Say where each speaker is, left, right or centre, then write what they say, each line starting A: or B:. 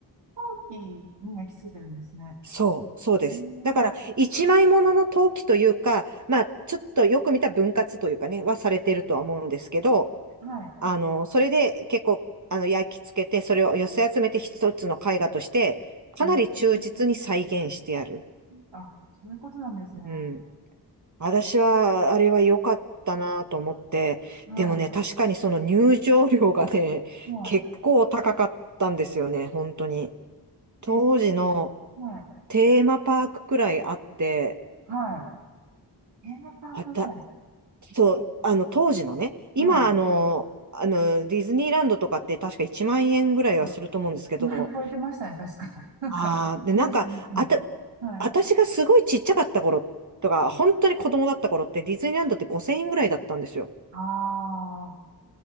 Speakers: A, on the right; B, on the right.
A: 行機に焼き付いてるんですね。
B: そう、そうです。
A: えー、
B: だから、一枚物の陶器というか、まあ、ちょっとよく見た分割というかね、はされてるとは思うんですけど、
A: はい。
B: あの、それで結構、あの、焼き付けて、それを寄せ集めて一つの絵画として、かなり忠実に再現してある。
A: えーあ、そういうことなんですね。
B: うん。私は、あれは良かったなと思って、
A: は
B: でもね、確かにその入場料がね、
A: い。は
B: 結構高かったんですよね、本当に。当時の
A: い。え、そうはい。
B: テーマパークくらいあって、
A: はい。テーマパークぐらい。
B: あたそう、あの、当時のね、
A: はい。
B: 今、あの、あの、ディズニーランドとかって確か1万円ぐらいはすると思うんですけど、
A: あ、今超えてましたね、確か。<laughs> なんか、
B: ああ、で、
A: ニュースになってます。
B: なんか、あた、
A: はい。
B: 私がすごいちっちゃかった頃とか、本当に子供だった頃ってディズニーランドって5000円ぐらいだったんですよ。
A: ああ、